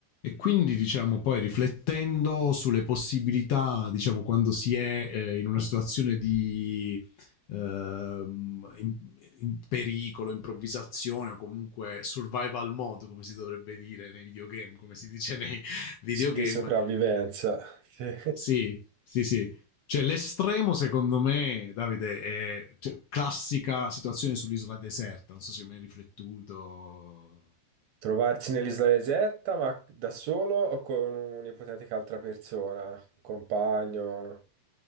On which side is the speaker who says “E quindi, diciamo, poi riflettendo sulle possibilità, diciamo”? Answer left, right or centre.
Left